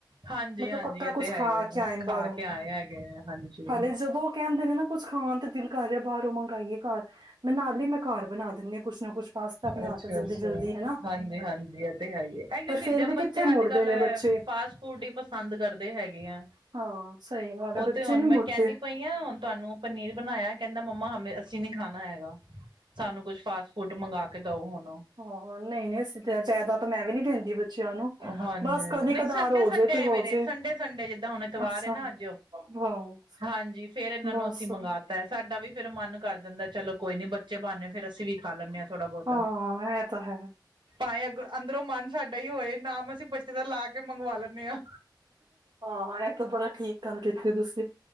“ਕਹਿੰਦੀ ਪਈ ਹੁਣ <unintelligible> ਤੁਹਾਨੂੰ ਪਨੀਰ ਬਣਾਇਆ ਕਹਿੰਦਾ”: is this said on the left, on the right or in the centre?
Right